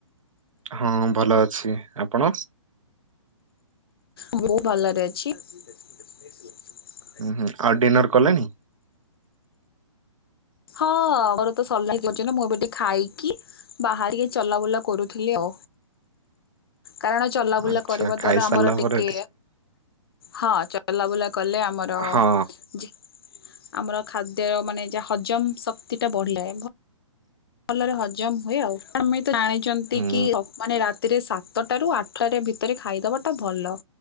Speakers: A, on the right; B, on the left.
A: ହଁ ଭଲ ଅଛି ଆପଣ?
B: ମୁଁ ଭଲରେ ଅଛି। <inaudible>
A: ହୁଁ ହୁଁ ଆଉ ଡିନର କଲେଣି?
B: <unintelligible> ବାହାରିକି ଚଲାବୁଲା କରୁଥିଲି ଆଉ କାରଣ ଚଲାବୁଲା
A: ଆଚ୍ଛା
B: କରିବା
A: ଖାଇସାରିଲା
B: ଦ୍ଵାରା ଆମର ଟିକେ
A: ପରେ
B: ହଁ ଚଲାବୁଲା କଲେ ଆମର
A: ହଁ
B: ଜି ଆମର ଖାଦ୍ୟ ମାନେ ଯାହା ହଜମ ଶକ୍ତି ଟା ବଢିଲେ ଭଲରେ ହଜମ ହୁଏ ଆଉ ଆପଣ ଜାଣିଛନ୍ତି
A: ହୁଁ
B: କି ମାନେ ରାତିରେ ସାତ ସାତଟାରୁ ଆଠରେ ଭିତରେ ଖାଇଦେବାଟା ଭଲ